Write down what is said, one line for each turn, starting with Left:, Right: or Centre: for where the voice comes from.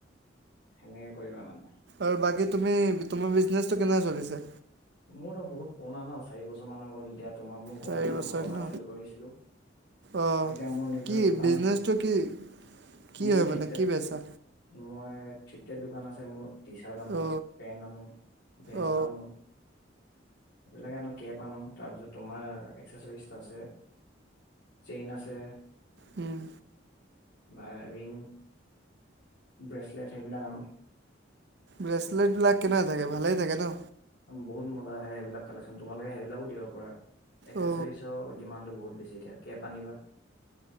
Left: সেনেকে কৰিবা মানে।
Right: আৰু বাকী তুমি তোমাৰ বিজনেচটো কেনেকুৱা চলিছে?
Left: মোৰতো বহুত পুৰণা ন চাৰি বছৰ মান হৈ গল এতিয়া। তোমাক মোৰ প্ৰথমতে
Right: চাৰি বছৰ
Left: ঘৰৰ পৰা
Right: ন
Left: চেল কৰিছিলো
Right: অ
Left: এতিয়া মোৰ নিজৰে
Right: কি
Left: দোকান
Right: বিজনেচটো
Left: আছে।
Right: কি কি
Left: মোৰ
Right: হয়
Left: থ্ৰিতে
Right: মানে কি বেচা
Left: মই থৃটেদ দোকান আছে মোৰ টি চাৰ্ট আনো
Right: অ
Left: পেন্ট আনো, ভেষ্ট
Right: অ
Left: আনো। সেইবিলাকে আনো কেপ আনো তাৰপিছত তোমাৰ এক্সেচাৰিজ আছে চেইন আছে।
Right: উম।
Left: বা ৰিং ব্ৰেচলেট সেইবিলাক আনো।
Right: ব্ৰেচলেট বিলাক কেনেকা থাকে। ভালেই থাকে ন।
Left: বহুত মজা আহে সেইবিলাক কালেকশ্যন তোমালোকে সেইবিলাকো দিব পাৰা। এক্সেচাৰিছ
Right: অ
Left: ডিমানটো বহুত বেছিকে কেপ আনিবা।